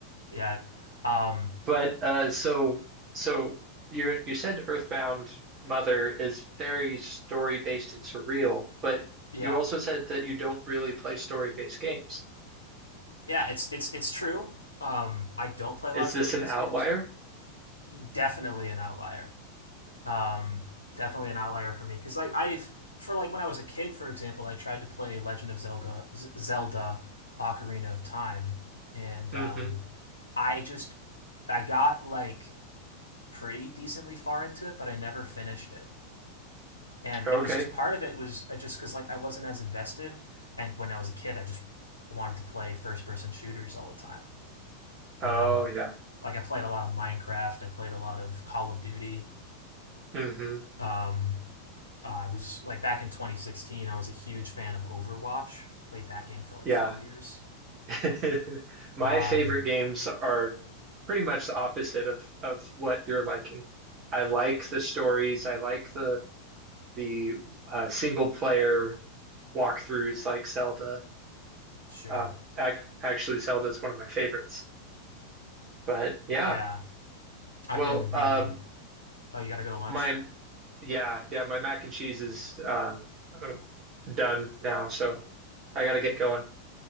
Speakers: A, on the left (about 75°); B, on the right (about 30°).
A: Yeah, um,
B: But uh, so so you you said Earthbound Mother is very story based and surreal, but
A: yeah,
B: you also said that you don't really play story based games.
A: yeah. It's it's it's true. Um, I don't play a
B: Is
A: lot of story
B: this
A: based
B: an outlier?
A: games. Definitely an outlier Um, definitely an outlier for me because like I've for like when I was a kid, for example, I tried to play Legend of Zelda, Zelda Ocarina of Time, and
B: hmm
A: um, I just I got like pretty decently far into it, but I never finished it. And
B: Okay.
A: it was just part of it was uh, just because like I wasn't as invested, and when I was a kid, I just wanted to play first person shooters all the time.
B: Oh
A: You know,
B: yeah.
A: like I played a lot of Minecraft, I played a lot of Call of Duty,
B: Mm-hmm.
A: um, uh, I was like back in 2016. I was a huge fan of Overwatch. Played that game for like
B: Yeah.
A: four years.
B: <laughs> My
A: Um,
B: favorite games are pretty much the opposite of of what you're liking. I like the stories. I like the the uh, single player walkthroughs like Zelda.
A: sure.
B: Um, ac actually, Zelda is one of my favorites. But yeah,
A: Yeah, I've
B: well,
A: been really.
B: um,
A: Oh, you got to go to lunch.
B: my yeah yeah my mac and cheese is uh, uh, done now, so I gotta get going.